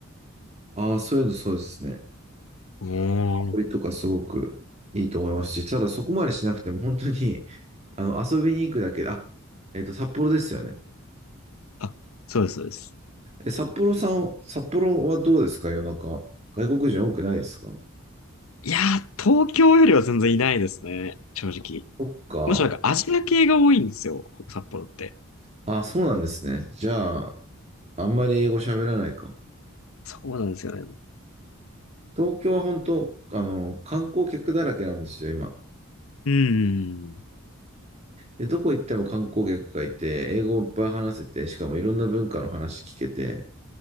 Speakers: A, on the right; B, on the left.
A: ああ、そういうのそうですね。
B: うーん。
A: これとかすごくいいと思いますし、ただそこまでしなくても本当に、あの、遊びに行くだけで、あ、えっと、札幌ですよね。
B: あ、そうです、そうです。
A: え、札幌さん、札幌はどうですか夜中。外国人多くないですか
B: いやー、東京よりは全然いないですね。正直。
A: そっか。
B: むしろなんかアジア系が多いんですよ。札幌って。
A: あ、そうなんですね。じゃあ、あんまり英語喋らないか。
B: そうなんですよね。
A: 東京は本当、あの、観光客だらけなんですよ、今。
B: うーん。
A: で、どこ行っても観光客がいて、英語をいっぱい話せて、しかもいろんな文化の話聞けて、